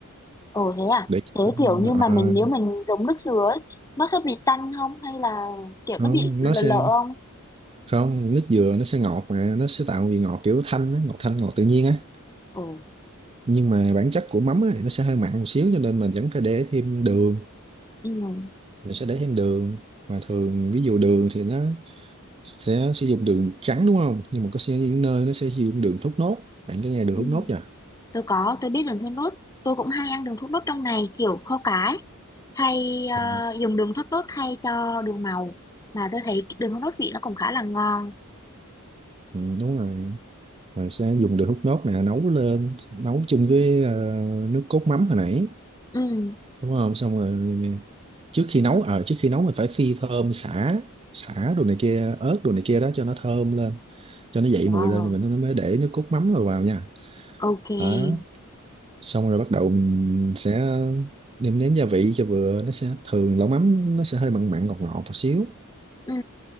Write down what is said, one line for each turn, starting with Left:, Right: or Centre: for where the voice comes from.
Left: Ồ thế à?
Right: để cho-
Left: Thế kiểu như mà
Right: ờ,
Left: mình nếu mình dùng nước dừa ấy, nó sẽ bị tanh không? Hay là kiểu
Right: không
Left: nó bị lợ
Right: nó sẽ
Left: lợ không?
Right: không nước dừa nó sẽ ngọt mà nó sẽ tạo vị ngọt kiểu thanh á, ngọt thanh ngọt tự nhiên á
Left: Ồ,
Right: nhưng mà bản chất của mắm á, nó sẽ hơi mặn một xíu cho nên mình vẫn phải để thêm đường
Left: ừ,
Right: mình sẽ để thêm đường mà thường ví dụ đường thì nó sẽ sử dụng đường trắng đúng không nhưng mà có sẽ những nơi nó sẽ sử dụng đường thốt nốt bạn có nghe đường
Left: ừ.
Right: thốt nốt chưa
Left: Tôi có, tôi biết đường thốt nốt. Tôi cũng hay ăn đường thốt nốt trong này kiểu kho cái. Thay
Right: Ờ,
Left: ờ, dùng đường thốt nốt thay cho đường màu. Mà tôi thấy cái đường thốt nốt vị nó cũng khá là ngon.
Right: ừ, đúng rồi mình sẽ dùng đường hút nốt này nấu lên nấu chung với ờ, nước cốt mắm hồi nãy
Left: Ừ,
Right: đúng không xong rồi trước khi nấu ờ trước khi nấu mình phải phi thơm sả sả đồ này kia ớt đồ này kia đó cho nó thơm lên cho nó dậy
Left: wow,
Right: mùi lên thì mình nó mới để nước cốt mắm rồi vào nha
Left: ok.
Right: đó xong rồi bắt đầu mình sẽ nêm nếm gia vị cho vừa nó sẽ thường lẩu mắm nó sẽ hơi mặn mặn ngọt ngọt một xíu
Left: Ừ,